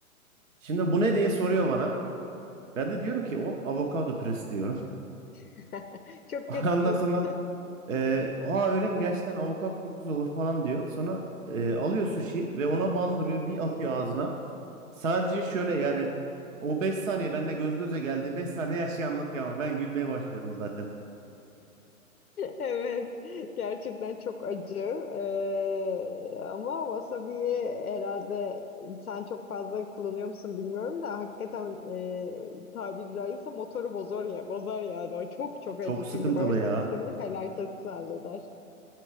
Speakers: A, on the right (about 65°); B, on the left (about 80°).
A: şimdi bu ne diye soruyor bana. Ben de diyorum ki o avokado püresi diyorum.
B: <laughs> Çok
A: <laughs>
B: kötüsün.
A: Ondan sonra e, aa öyle mi gerçekten avokado çok güzel olur falan diyor. Sonra e, alıyor sushi ve ona bandırıyor. Bir atıyor ağzına. Sadece şöyle yani
B: <laughs>
A: o 5 saniye benimle göz göze geldi. beş saniye her şeyi anlatıyor ama ben gülmeye başlıyorum zaten.
B: Evet. Gerçekten çok acı. Ee, ama wasabi'yi herhalde sen çok fazla kullanıyor musun bilmiyorum da hakikaten e, tabiri caizse motoru bozar ya, bozar yani. O çok
A: Yo,
B: çok
A: Çok
B: acı
A: sıkıntılı
B: çünkü bağırsak
A: ya.
B: sistemini felaket halleder.